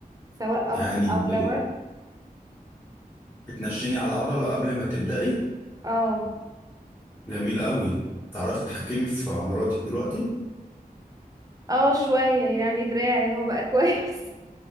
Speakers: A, on the right (about 25°); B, on the left (about 20°).
A: سواء ابر
B: يعني ب-
A: او لور
B: بتنشيني على عضلة قبل ما تبدأي
A: اه
B: جميل قوي تعرفي تتحكمي في عضلاتك دلوقتي
A: اه شوية يعني دراعي اهو بقى <laughs> كويس